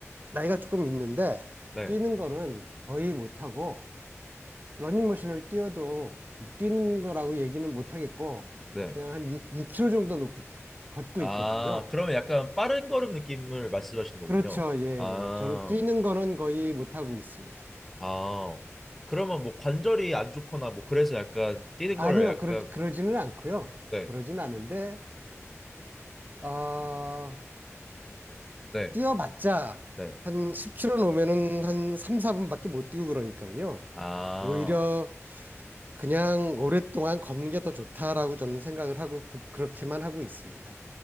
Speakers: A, on the right; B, in the centre.
A: 나이가 조금 있는데
B: 네,
A: 뛰는 거는 거의 못하고 러닝머신을 뛰어도 뭐 뛰는 거라고 얘기는 못 하겠고
B: 네.
A: 그냥 한 6, k m 정도 놓고 걷고
B: 아,
A: 있거든요.
B: 그러면 약간 빠른 걸음 느낌을 말씀하시는 거군요.
A: 그렇죠. 예,
B: 아,
A: 예. 저는 뛰는 거는 거의 못 하고 있습니다.
B: 아. 그러면 뭐 관절이 안 좋거나 뭐 그래서 약간 뛰는
A: 아니요.
B: 거를 약간
A: 그러, 그러지는 않고요.
B: 네,
A: 그러진 않은데 어,
B: 네,
A: 뛰어봤자
B: 네.
A: 한 10km 놓으면은 한 3, 4분밖에 못 뛰고 그러니까요.
B: 아.
A: 오히려 그냥 오랫동안 걷는 게 더 좋다라고 저는 생각을 하고 그, 그렇게만 하고 있습니다.